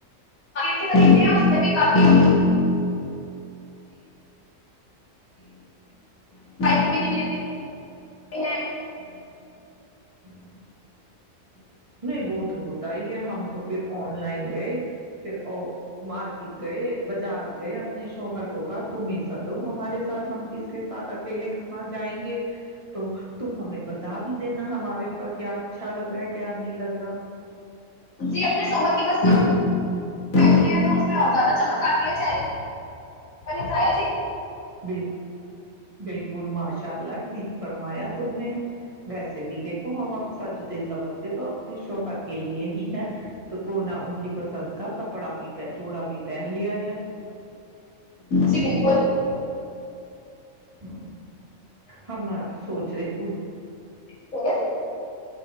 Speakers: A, on the left (about 80°); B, on the right (about 25°).
A: سے خریدتے ہیں اس میں بھی کافی ہم کو بھی دکھ لیتے ہیں
B: ہ <unintelligible> نہیں وہ تو ہوتا ہی ہم تو پھر آن لائن گئے پھر مارکیٹ گئے بازار گئے اپنے شوہر کو کہا تم ہی ستو ہمارے ساتھ ہم کس کے ساتھ اکیلے کہاں جائیں گے تو تم ہمیں بتا بھی دینا ہمارے اوپر کیا اچھا لگ رہ ہے کیا نہیں لگ رہا
A: جی اپنے شوہر کی پستے ہیں تو اس میں اور زیادہ چمک آتی ہے چے جی
B: ب بالکل ماشاء اللہ ٹھیک فرمایا تم نے ویسے بھی دیکھو ہم اب سجتے سبر تو اپنے شوہر کے لیے ہی ہیں تو کونا ان کی پسند کا کپڑا بھی جوڑا بھی پہن لیا جائے
A: جی بالکل
B: ہ ہم سوچ رہے کو
A: بول